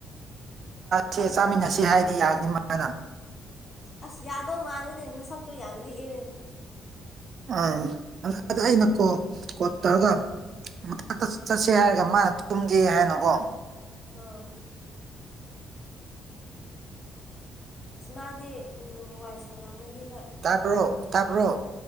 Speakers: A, on the right (about 55°); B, on the left (about 30°).
A: ꯆꯦ ꯆꯥꯃꯤꯟꯅꯁꯦ ꯍꯥꯏꯗꯤ ꯌꯥꯅꯤ ꯃꯥꯅ
B: ꯑꯁ ꯌꯥꯗꯧ ꯃꯥꯜꯂꯅꯦ ꯃꯁꯛꯇꯣ ꯌꯥꯝ ꯂꯤꯛꯑꯦ
A: ꯑꯥ ꯑꯩꯅ ꯀꯣ ꯀꯣ ꯇꯔꯒ ꯃꯊꯛꯇ ꯆꯠꯁꯦ ꯍꯥꯏꯔꯒ ꯃꯥꯅ ꯆꯨꯝꯒꯦ ꯍꯥꯏꯅꯀꯣ
B: ꯑꯣ ꯑꯁ ꯃꯥꯗꯤ ꯎꯝ ꯋꯥꯏ ꯁꯪꯉꯝꯃꯅꯤ
A: ꯇꯕ꯭ꯔꯣ ꯇꯥꯕ꯭ꯔꯣ